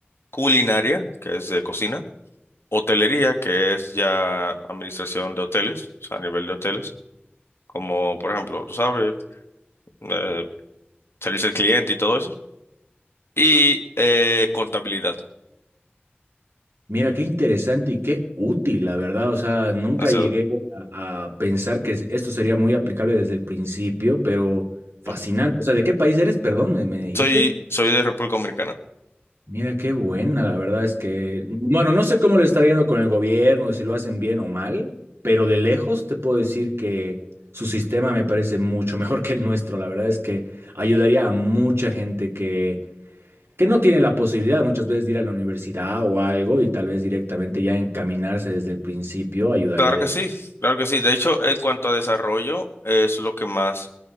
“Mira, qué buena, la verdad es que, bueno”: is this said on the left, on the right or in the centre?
Right